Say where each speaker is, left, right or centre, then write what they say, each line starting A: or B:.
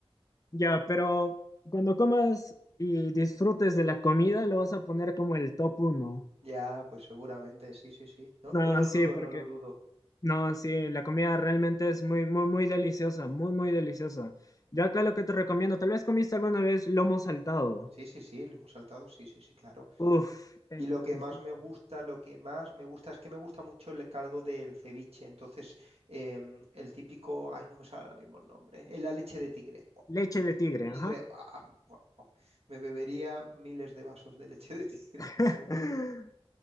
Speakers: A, on the left; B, on the right.
A: Ya, pero cuando comas y disfrutes de la comida, lo vas a poner como el top uno.
B: Ya, pues seguramente, sí, sí, sí. No,
A: No,
B: no lo
A: sí,
B: dudo,
A: porque
B: no lo dudo.
A: no, sí, la comida realmente es muy, muy, muy deliciosa, muy, muy deliciosa. Yo acá lo que te recomiendo, tal vez comiste alguna vez lomo saltado.
B: Sí, sí, sí, lo hemos saltado, sí, sí, sí, claro.
A: Uf, exquisito.
B: Y lo que más me gusta, lo que más me gusta es que me gusta mucho el caldo del ceviche. Entonces, em, el típico, ay, no me sale ahora mismo el nombre, eh, la leche de tigre. Buah,
A: Leche
B: leche
A: de tigre,
B: de tigre,
A: ajá.
B: buah, buah, buah. Me bebería miles de vasos de leche de tigre.
A: <laughs>
B: <laughs> Me gusta mu-